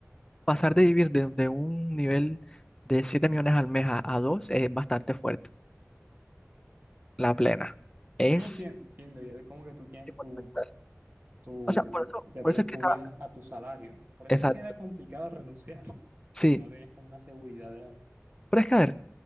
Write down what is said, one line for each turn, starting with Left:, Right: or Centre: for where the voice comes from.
Left: pasar de vivir de, de un nivel de 7 millones al mes a, a 2 es bastante fuerte. La plena. Es
Right: No, sí, entiendo. ya Es como que tú tienes
Left: monumental.
Right: tu, tu,
Left: O sea, por eso,
Right: ya
Left: por
Right: tienes
Left: eso es que
Right: tu
Left: está.
Right: vida a tu salario. Por eso
Left: Exacto.
Right: es que era complicado renunciar <laughs>
Left: Sí.
Right: si no tenías como una seguridad de algo.
Left: Pero es que, a ver,